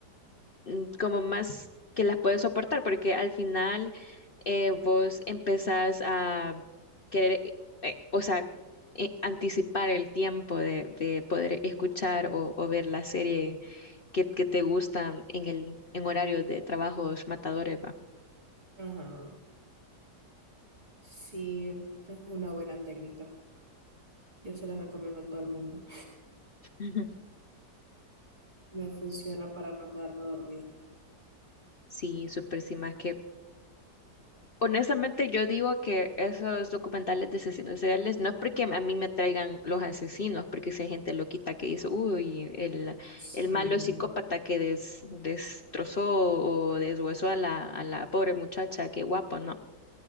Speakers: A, on the left; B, on the right.
A: mm, como más que las puedes soportar, porque al final eh, vos empezás a querer, eh, eh, o sea, eh, anticipar el tiempo de, de poder escuchar o o ver la serie que, que te gustan en el, en horarios de trabajos matadores, va.
B: Ajá. Sí, es una buena técnica. Yo se la recomiendo a todo el mundo.
A: Ujú.
B: Me funciona para no quedarme dormida.
A: Sí, súper sí, más que honestamente yo digo que esos documentales de asesinos seriales no es porque a mí me traigan los asesinos, porque si hay gente loquita que dice, uy, el,
B: Sí.
A: el malo psicópata que des- destrozó o deshuesó a la, a la pobre muchacha, qué guapo, no.